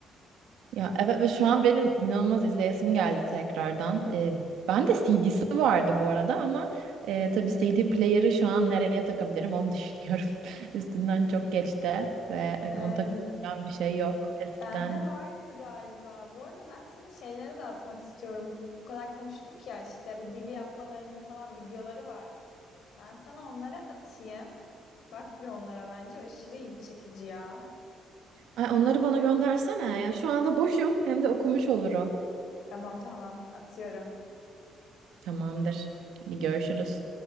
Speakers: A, on the right; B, on the left.
A: Ya evet ve şu an benim inanılmaz izleyesim geldi tekrardan. Ee, ben de CD'si vardı bu arada ama e, tabii CD player'ı şu an nereye takabilirim onu düşünüyorum. <laughs> Üstünden çok geçti ve hani
B: Ee,
A: onu takabileceğim bir şey yok eskiden.
B: bende vardı galiba. Bu arada ben sana şeyleri de atmak istiyorum. Bu kadar konuştuk ya işte bu dili yapmalarının falan videoları var. Ben sana onları atayım. Bak bir onlara bence aşırı ilgi çekici ya.
A: Ay onları bana göndersene ya. Şu anda boşum hem de okumuş olurum.
B: Tamam tamam atıyorum.
A: Tamamdır. Hadi görüşürüz.